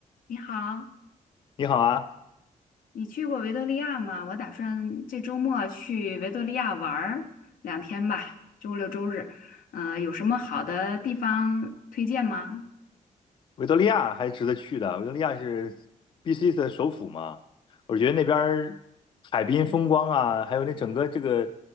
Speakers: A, on the left; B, on the left.
A: 你好，
B: 你好啊，
A: 你去过维多利亚吗？我打算这周末去维多利亚玩儿两天吧，周六周日。呃，有什么好的地方推荐吗？
B: 维多利亚还是值得去的。维多利亚是 BC 的首府嘛，我觉得那边儿海滨风光啊，还有那整个这个